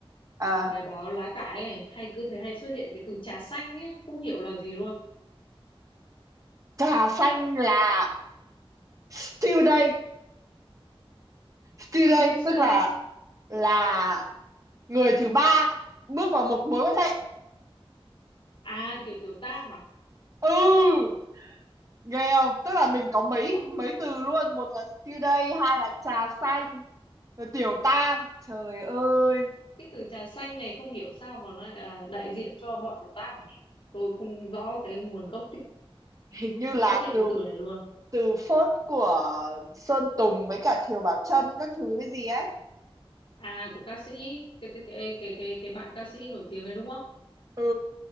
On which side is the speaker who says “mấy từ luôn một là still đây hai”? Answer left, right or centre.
Right